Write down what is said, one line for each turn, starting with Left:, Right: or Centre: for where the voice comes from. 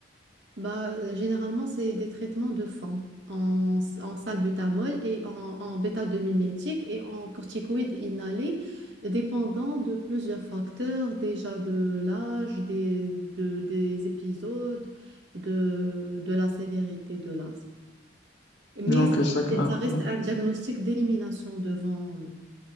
Right: Bah, euh, généralement, c'est des traitements de fond en, s- en salbutamol et en, en bêta-2-mimétique et en corticoïdes inhalés, dépendant de plusieurs facteurs, déjà de l'âge, des, de- des épisodes, de, de la sévérité de l'asthme. Mais
Left: Ok,
Right: c'est-
Left: c'est clair.
Right: c'est- ça reste
Left: ouais.
Right: un diagnostic d'élimination devant,